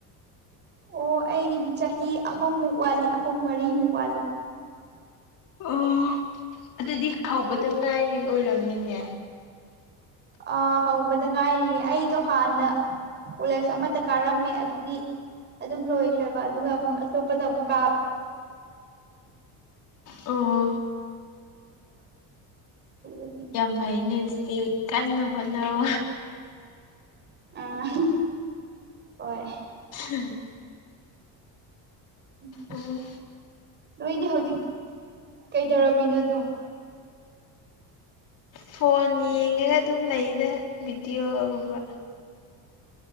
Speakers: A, on the right (about 25°); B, on the left (about 50°).
A: ꯑꯣ ꯑꯩꯒꯤꯗꯤ ꯆꯍꯤ ꯑꯍꯨꯝꯃꯨꯛ ꯋꯥꯠꯂꯤ ꯑꯍꯨꯝ ꯃꯔꯤꯃꯨꯛ ꯋꯥꯠꯂꯤ
B: ꯑꯣ ꯑꯗꯨꯗꯤ ꯍꯧꯕꯇ ꯉꯥꯏꯔꯤ ꯑꯣꯏꯔꯝꯅꯤꯅꯦ
A: ꯑꯥ ꯍꯧꯕꯗ ꯉꯥꯏꯔꯤꯌꯦ ꯑꯩꯗꯣ ꯍꯥꯟꯅ ꯀꯣꯂꯦꯖ ꯑꯃꯗ ꯀꯥꯔꯝꯃꯦ ꯑꯗꯨꯗꯤ ꯑꯗꯨꯝ ꯂꯣꯏꯈ꯭ꯔꯦꯕ ꯑꯗꯨꯒ ꯑꯃꯨꯛ ꯑꯇꯣꯞꯄꯗ ꯑꯃꯨꯛ ꯀꯥꯕ
B: ꯎꯝ
A: ꯎꯝ
B: ꯌꯥꯝ ꯐꯩꯅꯦ ꯑꯗꯨꯗꯤ ꯀꯟꯅ ꯍꯣꯠꯅꯧ
A: ꯑ ꯍꯣꯏ
B: ꯎꯝ
A: ꯎꯝ
B: ꯎ
A: ꯅꯣꯏꯗꯤ ꯍꯧꯖꯤꯛ ꯀꯩꯗꯧꯔꯝꯃꯤꯅꯣ ꯑꯗꯨꯝ
B: ꯐꯣꯟ ꯌꯦꯡꯉꯒ ꯑꯗꯨꯝ ꯂꯩꯗ ꯚꯤꯗꯤꯑꯣꯒꯨꯝꯕ